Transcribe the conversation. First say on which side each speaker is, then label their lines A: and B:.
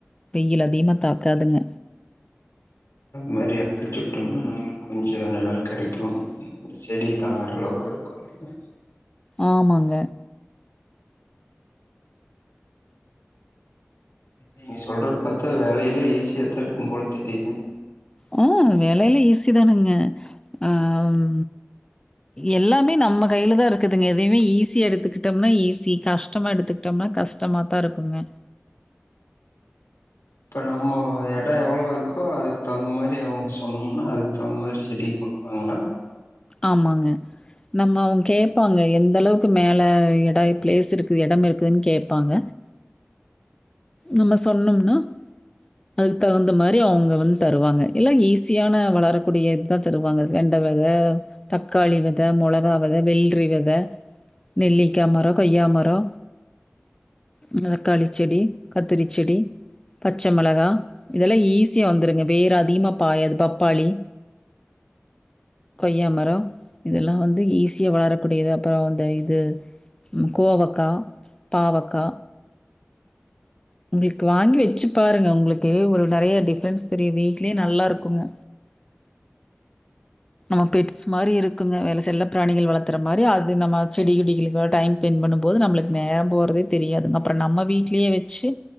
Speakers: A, on the left; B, on the left.
A: வெயில் அதீமா தாக்காதுங்க
B: மரியா அடிச்சுட்டோம்னா நாள் கொஞ்சோ நெ அள் கிடைக்கு ம் இந்த செடி தாங்குற அளவ்க் இருக்கு இல்லிங்க
A: ஆமாங்க
B: நீங்க சொல்ற பாத்தா வேலையெல்லா ஈசியாத்தா இருக்கும்போல் தெரிய்து
A: ஆ வேலைய்ல ஈஸி தானுங்க ஆம் எல்லாமே நம்ம கைய்ல தா இருக்குதுங்க எதையுமே ஈஸி எடுத்துக்கிட்டோம்னா ஈஸி கஷ் ட்டமா எடுத்துக்ட்டோம்னா கஷ்டமாத்தா இருக்குங்க
B: ப்ப நம்மோ ஓ அ எடோ எவ்ளோ இருக்கோ அதுக் தகுந் மாரி அவ்வும் சொன்னோம்னா அதுக் தகுந்த மாரி செடி குட்பாங்லா
A: ஆமாங்க நம்ம அவ்ங் கேப்பாங்க எந்தளவ்க்கு மேல எடா ப்ளேஸ் இருக்குதும இடம் இருக்குதுன்னு கேட்பாங்க நம்ம சொன்னும்னா அதுக் தகுந்த மாரி அவ்ங்க வந் தருவாங்க இல்லா ஈஸியான வளரக்கூடியத் த்த தருவாங்க ஜ் வெண்ட வெத தக்காளி வெத மொளகா வெத வெய்ள்ரி வெத நெல்லிக்கா மரோ கொய்யா மரோ முனதக்காளி ச்செடி கத்திரி ச்செடி பச்ச மெளகா இதெல்லா ஈஸியா வந்துருங்க வேற் அதிக்மா பாயாது பப்பாளி கொய்யா மர் றோ இதெல்லா வந்து ஈஸியா வளரக்கூடியது அப்பறோ இந்த இது ம் கோவக்கா பாவக்கா இங்கிள்க்கு வாங்கி வெச்சி பாருங்க உங்ளுக்கே ஒரு நறையா டிஃப்ரென்ஸ் தெரியு வீட்லே நல்லாருக்குங்க நம்ம பெட்ஸ் மாரி இருக்குங்க வேல செல்ல ப்ராணிகள் வளத்துற மாரி அது நம்ம செடிகிடிகிளுக்கா டைம் பிண் பண்ணும் போது நம்ளுக் நேரம் போறதே தெரியாது அப்ற நம்ம வீட்லியே வெச்சு